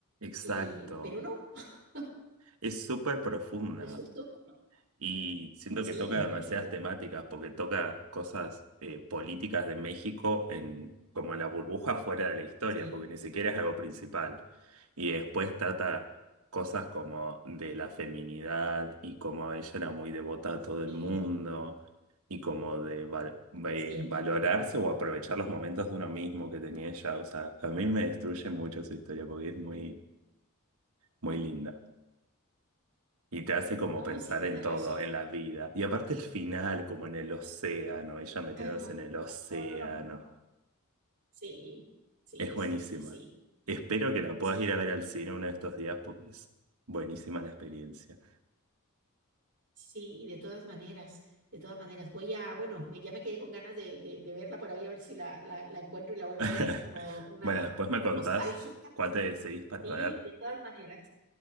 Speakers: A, on the right (about 85°); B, on the right (about 55°).
A: Exacto.
B: eh, pero no, <laughs>
A: Es súper profunda.
B: resultó que no.
A: Y siento
B: Sí,
A: que toca
B: mucho,
A: demasiadas
B: mucho,
A: temáticas,
B: mucho.
A: porque toca cosas eh, políticas de México en como la burbuja fuera de la historia,
B: Sí,
A: porque ni siquiera es algo principal. Y después trata cosas como de la feminidad y como ella era muy devota a todo el
B: eh,
A: mundo y como de, val- de
B: sí.
A: valorarse o aprovechar los momentos de uno mismo que tenía ella. O sea, a mí me destruye mucho su historia porque es muy, muy linda. Y te hace como
B: No,
A: pensar
B: sí, tienes
A: en todo,
B: razón.
A: en la vida. Y aparte el final, como en el océano, ella metiéndose
B: Ah, no,
A: en el océano.
B: no, no, no. Sí, sí,
A: Es buenísima.
B: sí, sí, sí,
A: Espero que la puedas
B: sí,
A: ir a ver al cine uno de estos días porque es buenísima la experiencia.
B: sí, de todas maneras, de todas maneras. Voy a, bueno, me, ya me quedé con ganas de, de, de verla por ahí, a ver si la, la, la encuentro y la vuelvo
A: <laughs>
B: a ver así como una
A: Bueno, después me contás
B: nostálgica.
A: cuál te decidís para
B: Sí,
A: ver.
B: de todas maneras.